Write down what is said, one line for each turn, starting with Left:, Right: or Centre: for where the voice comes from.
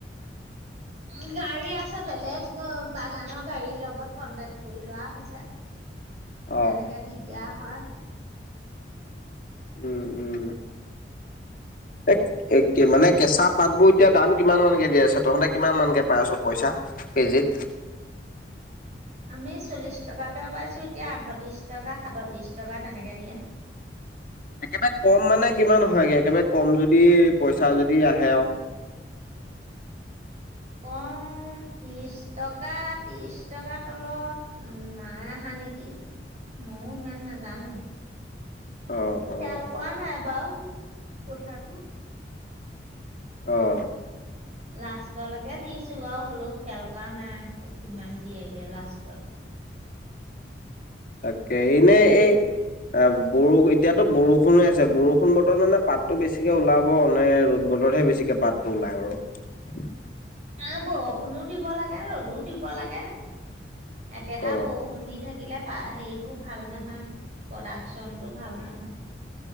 Right: উ গাড়ী আছে বেলেগ বাগানৰ গাড়ীৰ লগত কন্টেক্ট কৰি লোৱা হৈছে।
Left: অ',
Right: তেনেকে দি দিয়া। হা
Left: উম উম এ মানে কেঁচা পাতবোৰ এতিয়া দাম কিমান মানকে দি আছে তহঁতে কিমান মানকে পাই আছ পইচা কেজিত।
Right: আমি চল্লিশ টকাকে পাইছো এতিয়া আঠত্ৰিশ টকা সাতত্ৰিশ টকা তেনেকে দিয়া।
Left: একেবাৰে কম মানে কিমান হয়গে একেবাৰে কম যদি পইচা যদি আহে আও।
Right: কম ত্ৰিশ টকা ত্ৰিশ টকাৰ তলত নাই অহা নেকি ময়ো ইমান নাজানো।
Left: অ', অ',
Right: খেল কোৱা নাই বা। কঠটো।
Left: অহ।
Right: লাষ্টলৈকে দিছো বাৰু হ'লেও খয়াল কৰা নাই কিমান দিয়েগে লাষ্টত।
Left: তাকে এনেই এই বৰষু এতিয়াতো বৰষুণ আছে বৰষুণ বতৰত মানে পাতটো বেছিকে ওলাব নে ৰ'দ বতৰতহে বেছিকে পাতটো ওলায় বাৰু।
Right: অ বৰষুণও দিব লাগে ৰ'দোও দিব লাগে। একেহা
Left: অ।
Right: বৰষুণ দি থাকে। কিলে প হেৰিবোৰ ভাল নহয় প্ৰডাকশচন টো ভাল নহয়।